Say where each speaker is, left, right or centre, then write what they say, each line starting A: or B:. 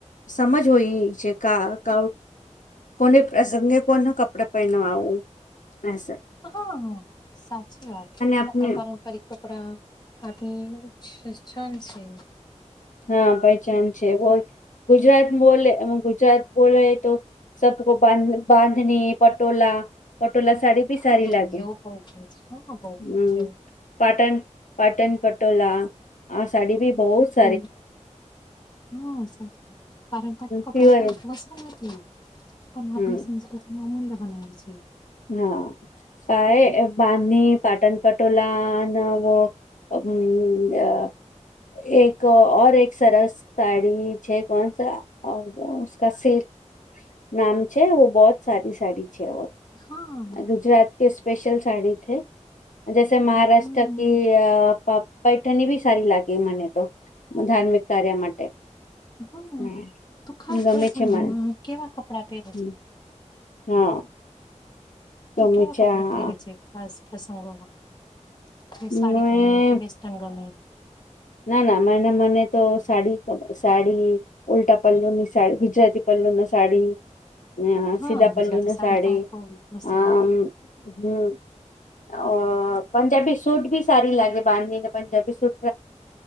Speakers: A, on the left (about 85°); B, on the left (about 35°).
A: સમજ હોય છે કા ક કોને પ્રસંગે કોને કપડે પહેનવાવું એસ
B: હા હા સાચી વાત
A: આપને
B: આપણા પારંપરિક કપડા આધી છ છાનસે
A: હા પહેચાન છે હોય ગુજરાત બોલે એ ગુજરાત બોલે તો સબકો બાંધ બાંધણી પટોલા પટોલા સાડી બી
B: હા,
A: સારી લાગે
B: એવું બહુ ગમે છે. હા બહુ ગમે
A: હમ્મ
B: છે
A: પાટન પાટન પટોલા આ સાડી ભી બહુત
B: કો હા સાચી વાત પારંપારિક કપડા
A: પ્યોર
B: હ એક વસ્ત્ર નથી પણ
A: હમ
B: આપની સંસ્કૃતિમાં અમૂલ્ય બનાલી છે
A: હા પાાય બાંધની પાટણ પટોલા નવ અમ અમ આ એક ઔર એક સરસ સાડી છે કોનસા ઓર ઉસકા સિલ્ક નામ છે બહુત સારી સાડી છે
B: હા
A: ગુજરાત કે સ્પેશલ સાડી થે જૈસે મહારાષ્ટ્ર
B: હમ
A: કિ અ પૈઠણી બી સારી લાગે મને તો ધાર્મિક કાર્ય માટે
B: હા
A: હમ,
B: તું ખાસ
A: ગમે
B: પ્રસમંગમાં
A: છે મને
B: કેવા કપડા પહેરે
A: હમ,
B: છે.
A: હા. ગમે
B: તોું કેવા
A: છે
B: કપડા
A: આ
B: પહેર છે ખાસ પ્રસંગોમાં કે સાડી
A: મેં
B: ગમે કે વેસ્ટર્ન ગમે.
A: ના ના મને મને તો સાડી ગમે સાડી. ઉલ્ટા પલ્લો ની સાડી ગુજરાતી પલ્લોવ ના સાડી. અ
B: હા
A: સીધાપલ્લુ
B: ગુજરાતી
A: ન સાડી
B: તો બહુ મસ્ત
A: અ. હમ અ પંજાબી. સુટ ભી સારી લાગે બાંધનીને પંજાબી સુટ.